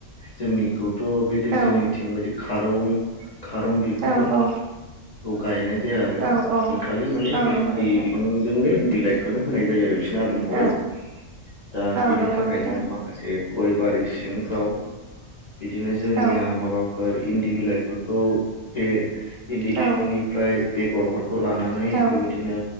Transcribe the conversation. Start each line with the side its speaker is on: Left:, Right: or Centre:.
Left: जोंनिखौथ' बिदि
Right: औ
Left: जोंनिथिं बायदि खारं-खारं बिफांफोरखौ
Right: औ औ
Left: गायनाय जाया आरो
Right: औ औ
Left: खालि माने
Right: औ नंगौ
Left: इन्दि
Right: नोंथां
Left: बिफांजोंनो इन्दि लाइखौनो होनाय जायो आरो बिसोरनो आदार महरै
Right: औ
Left: दा
Right: औ
Left: बेनि
Right: नंगौ
Left: थाखायनो
Right: नोंथां
Left: माखासे गय बारि सिंफ्राव बिदिनो जोंनिया
Right: औ
Left: माबाफोर इन्दि बिलाइफोरखौ बे इन्दि
Right: औ
Left: बिफांनिफ्राय बेगरफोर खौ लानानै
Right: औ
Left: बेबायदिनो